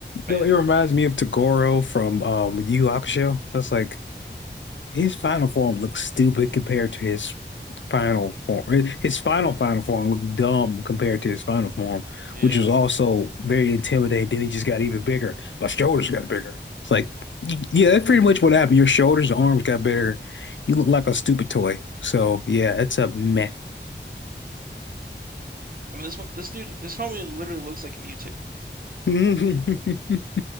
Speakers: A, on the right (about 50°); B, on the left (about 80°).
A: man.
B: No, it reminds me of Togoro from um Yu Yu Hakusho. That's like His final form looks stupid compared to his final form. His final final form looked dumb compared to his final form,
A: Yeah.
B: which was also very intimidating. Then he just got even bigger. My shoulders got bigger. It's like, yeah, that's pretty much what happened. Your shoulders and arms got bigger. You look like a stupid toy. So yeah, it's a meh.
A: I mean this one- this dude this homie literally looks like Mewtwo.
B: <laughs>